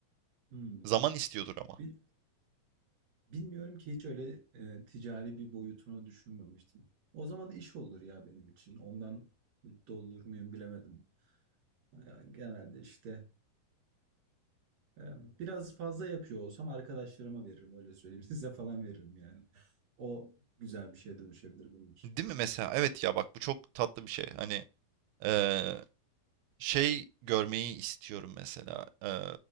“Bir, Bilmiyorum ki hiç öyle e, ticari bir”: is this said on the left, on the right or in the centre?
Right